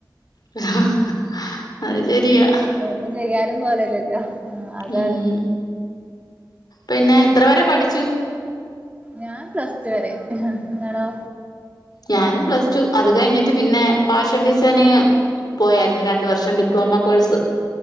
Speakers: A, on the left; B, on the right.
A: അത് ശരിയാ
B: ഒന്നും ചെയ്യാനും കോലല്ലല്ലോ ആഹ് അതാണ്
A: ഉം പിന്നെ എത്ര വരെ പഠിച്ചു?
B: ഞാൻ പ്ലസ് ടു വരെ. നിങ്ങളോ?
A: ഞാനും പ്ലസ് ടു അത് കഴിഞ്ഞിട്ട് പിന്നെ ഫാഷൻ ഡിസൈനിങ് പോയായിരുന്നു രണ്ട് വർഷം ഡിപ്ലോമ കോഴ്സ്